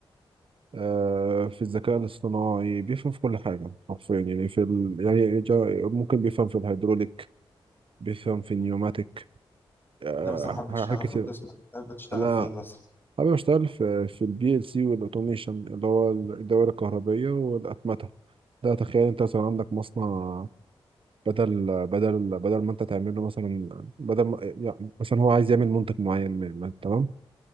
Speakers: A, on the right; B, on the left.
A: آه، في الذكاء الاصطناعي بيفهم في كل حاجة حرفيا يعني في ال... يعني جا- ممكن بيفهم في الهيدروليك بيفهم في النيوماتيك آه،
B: انت مثلا حابب تشتغل
A: حاجات كتير
B: في القسم حابب تشتغل
A: أنا
B: في ايه مثلا
A: حابب أشتغل في في البي ال سي والأوتوميشن اللي هو الدوائر الكهربية والأتمتة ده تخيل أنت مثلا عندك مصنع بدل بدل بدل ما أنت تعمل له مثلا بدل ما يعني مثلا هو عايز يعمل منتج معين ما- ما- تمام